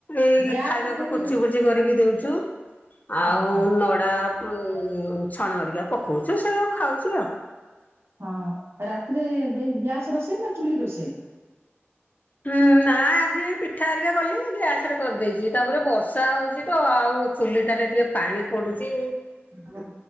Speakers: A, on the left; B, on the right.
A: ଏଇ
B: ଗ୍ୟାସ
A: ଖାଇବାକୁ
B: ଦେଇ
A: କୁଚି କୁଚି କରିକି ଦେଉଚୁ। ଆଉ
B: ହଁ
A: ନଡା ଛଣରିକା ପକଉଛୁ ସେଉଆ ଖାଉଚି ଆଉ।
B: ହଁ ରାତିରେ ଦେଇ ଗ୍ୟାସ୍ ରୋଷେଇ ନା ଚୁଲି ରୋଷେଇ?
A: ହୁଁ ନା ଯି ପିଠା ହରିକା କଲି ଗ୍ୟାସ ରେ କରିଦେଇଛି ତାପରେ ବର୍ଷା ହଉଛି ତ ଆଉ ଚୁଲିଟାରେ ଟିକେ ପାଣି ପଡୁଚି।
B: ହଁ